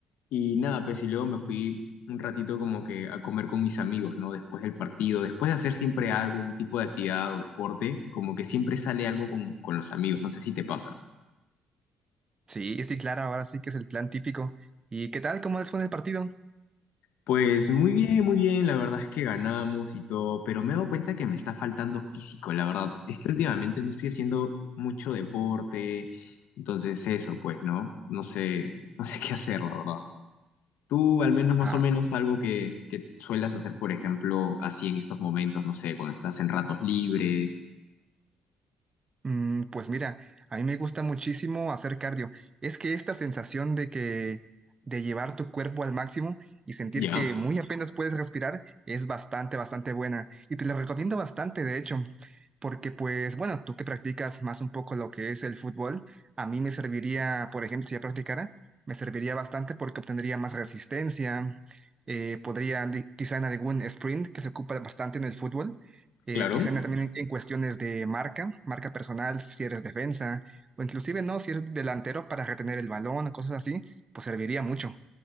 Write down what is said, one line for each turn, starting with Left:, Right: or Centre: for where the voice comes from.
Left: Y nada, pues y luego me fui un ratito como que a comer con mis amigos, ¿no? Después del partido, después de hacer siempre algo, un tipo de actividad o deporte, como que siempre sale algo con, con los amigos. No sé si te pasa.
Right: Sí, sí, claro, ahora sí que es el plan típico. ¿Y qué tal? ¿Cómo les fue en el partido?
Left: Pues muy bien, muy bien, la verdad es que ganamos y todo, pero me he dado cuenta que me está faltando físico, la verdad. Es que últimamente no estoy haciendo mucho deporte, entonces eso, pues, ¿no? No sé, <laughs> no sé qué hacer, la verdad. Tú, al menos más
Right: Ah,
Left: o menos, algo que, que suelas hacer, por ejemplo, así en estos momentos, no sé, cuando estás en ratos libres.
Right: Mm, pues mira, a mí me gusta muchísimo hacer cardio. Es que esta sensación de que de llevar tu cuerpo al máximo y sentir
Left: Ya,
Right: que muy apenas puedes respirar es bastante, bastante buena. Y te lo recomiendo bastante, de hecho, porque pues bueno, tú que practicas más un poco lo que es el fútbol, a mí me serviría, por ejemplo, si ya practicara, me serviría bastante porque obtendría más resistencia, eh, podría di- quizá en algún sprint que se ocupa bastante en el fútbol eh,
Left: claro.
Right: quizás na- también en, en cuestiones de marca, marca personal, si eres defensa, o inclusive no, si eres delantero para retener el balón o cosas así, pues serviría mucho.